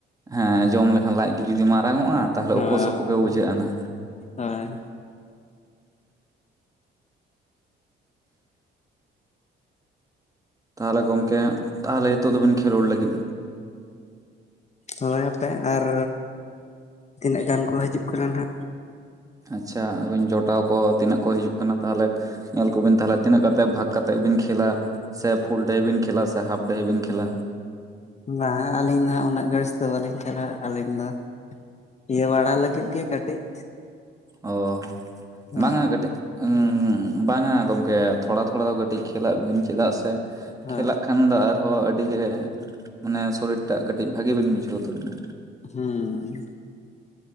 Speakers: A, on the right; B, on the left.
A: ᱦᱮᱸ ᱡᱚᱢ ᱞᱮᱠᱷᱟᱱ ᱞᱟᱡ ᱜᱮ ᱡᱩᱫᱤ ᱢᱟᱨᱟᱝ ᱚᱜᱼᱟ ᱛᱟᱦᱚᱞᱮ
B: ᱚᱻᱦᱳᱭ᱾
A: ᱩᱠᱩ ᱥᱩᱠᱩ ᱜᱮ ᱵᱩᱡᱷᱟᱹᱜᱼᱟ ᱱᱟ᱾ ᱛᱟᱦᱚᱞᱮ ᱜᱚᱢᱠᱮ ᱛᱟᱦᱚᱞᱮ ᱱᱤᱛᱚᱜ ᱫᱚᱵᱤᱱ ᱠᱷᱮᱞᱳᱰ ᱞᱟᱹᱜᱤᱫ
B: ᱦᱚᱭ ᱟᱯᱮ ᱟᱨᱻ ᱛᱤᱱᱟᱹᱜ ᱜᱟᱱ ᱠᱚ ᱦᱤᱡᱩᱜ ᱠᱟᱱᱟ ᱱᱟᱦᱟᱜ
A: ᱟᱪᱪᱷᱟ ᱟᱹᱵᱤᱱ, ᱡᱚᱴᱟᱣ ᱠᱚ ᱛᱤᱱᱟᱹᱜ ᱠᱚ ᱦᱤᱡᱩᱜ ᱠᱟᱱᱟ ᱛᱟᱦᱚᱞᱮ ᱧᱮᱞ ᱠᱚᱵᱤᱱ ᱛᱟᱦᱚᱞᱮ ᱛᱤᱱᱟᱹᱜ ᱠᱟ ᱵᱷᱟᱜ ᱠᱟᱛᱮᱜ ᱵᱤᱱ ᱠᱷᱮᱞᱟ ᱥᱮ ᱯᱷᱩᱞ ᱴᱟᱭ ᱵᱤᱱ ᱠᱷᱮᱞᱟ ᱥᱮ ᱦᱟᱯᱴᱟᱭ ᱵᱤᱱ ᱠᱷᱮᱞᱟ
B: ᱵᱟᱝ ᱟᱹᱞᱤᱧ ᱫᱚ ᱦᱟᱸᱜ ᱩᱱᱟᱹᱜ ᱜᱮᱥ ᱫᱚ ᱵᱟᱹᱞᱤᱧ ᱠᱷᱮᱞᱟ ᱟᱹᱞᱤᱧ ᱫᱚ ᱤᱭᱟᱹ ᱵᱟᱲᱟ ᱞᱟᱹᱜᱤᱫ ᱜᱮ ᱠᱟᱹᱴᱤᱡ
A: ᱚ
B: ᱦᱳᱭ
A: ᱵᱟᱝᱟ ᱠᱟᱹᱴᱤᱡ ᱟᱸᱸᱵᱟᱝᱟ ᱜᱚᱢᱠᱮ ᱛᱷᱚᱲᱟ ᱛᱷᱚᱲᱟ ᱫᱚ ᱠᱟᱹᱴᱤᱡ ᱠᱷᱮᱞᱟᱜ ᱵᱤᱱ ᱪᱮᱫᱟᱜ ᱥᱮ
B: ᱦᱳᱭ
A: ᱠᱷᱮᱞᱟᱜ ᱠᱷᱟᱱ ᱫᱚ ᱟᱨ <unintelligible> ᱦᱚᱸ ᱟᱹᱰᱤ ᱜᱮ ᱢᱟᱱᱮ ᱥᱚᱨᱤᱨ ᱴᱟᱜ ᱠᱟᱹᱴᱤᱡ ᱵᱷᱟᱜᱤ ᱵᱤᱱ ᱵᱩᱡᱷᱟᱹᱣ ᱛᱚᱨᱟ
B: ᱦᱩᱸ